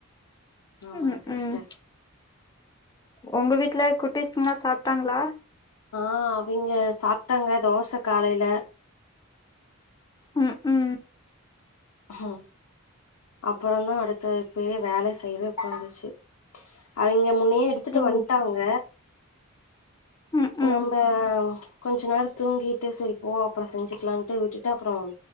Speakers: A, on the left; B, on the left.
A: ஆமாங்
B: ம்
A: சிஸ்டர்
B: ம் ஒங்க வீட்ல குட்டிஸ்ங்கனா சாப்ட்டாங்ளா
A: ஆ அவிங்க சாப்ட்டாங்க தோச காலைல
B: ம் ம்
A: ம் அப்பறந்தா அடுத்த இப்பயே வேல செய்யவே உக்காந்துச்சு அவிங்க முன்னையே எடுத்துட்டு
B: ஓ
A: வந்ட்டாங்க
B: ம் ம்
A: நம்ப கொஞ்ச நேரோ தூங்கிட்டு சரி போ அப்பறோ செஞ்சுக்கலாம்ட்டு விட்டுட்டு அப்பறோ